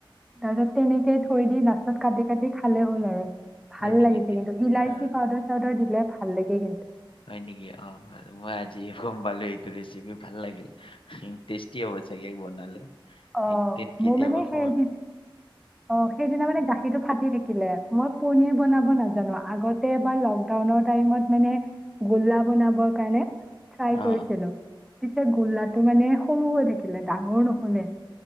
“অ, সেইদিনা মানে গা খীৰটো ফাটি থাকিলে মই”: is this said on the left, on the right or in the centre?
Centre